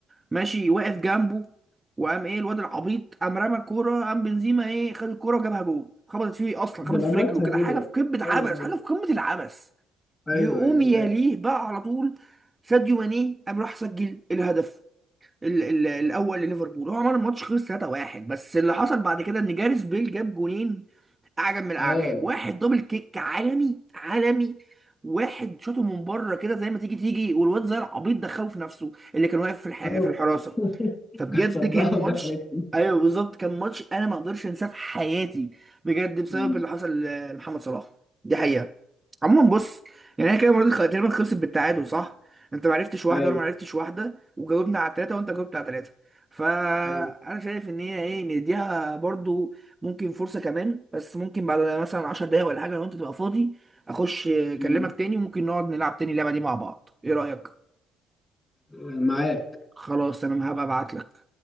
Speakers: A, on the right; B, on the left.
A: ماشي واقف جنبه وقام ايه الواد العبيط قام رمى الكوره قام بنزيما ايه خد الكوره وجابها جول خبطت فيه اصلا
B: ده
A: خبطت
B: اللي
A: في
B: عملتها
A: رجله كده
B: كده
A: حاجه في قمه عبث
B: ايوه
A: حاجه في قمه العبث
B: ايوه
A: يقوم
B: ايوه
A: يليه
B: فاكر
A: بقى على طول ساديو ماني قام راح سجل الهدف ال ال الاول لليفربول هو عمل الماتش خلص 3-1 بس اللي حصل بعد كده ان جاريث بيل جاب جونين اعجب من الاعجاب
B: اه
A: واحد دبل كيك عالمي عالمي واحد شاطه من بره كده زي ما تيجي تيجي والواد زي العبيط دخله في نفسه اللي كان واقف في الح...
B: ايوه
A: في الحراسه
B: <laughs>
A: فبجد
B: كانت صدها
A: كان
B: ودخلت
A: ماتش ايوه بالظبط كان ماتش انا ما اقدرش انساه في حياتي بجد بسبب
B: مم.
A: اللي حصل آه، لمحمد صلاح دي حقيقه عموما بص يعني احنا كده المره دي خ- تقريبا خلصت بالتعادل صح انت ما عرفتش واحده
B: ايوه
A: وانا ما عرفتش واحده وجاوبنا على ثلاثه وانت جاوبت على ثلاثه فانا
B: ايوه
A: شايف ان هي ايه نديها برضو ممكن فرصه كمان بس ممكن بعد مثلا 10 دقايق ولا حاجه لو انت تبقى فاضي اخش اكلمك
B: مم.
A: تاني وممكن نقعد نلعب تاني اللعبه دي مع بعض ايه رايك
B: معاك
A: خلاص تمام هبقى ابعت لك